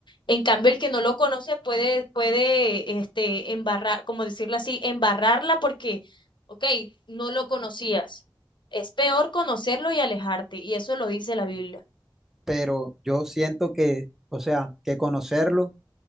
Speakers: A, on the left; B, in the centre.
A: en cambio, el que no lo conoce puede, puede, este, embarrar, como decirlo así, embarrarla porque, ok, no lo conocías. Es peor conocerlo y alejarte, y eso lo dice la Biblia.
B: pero yo siento que, o sea, que conocerlo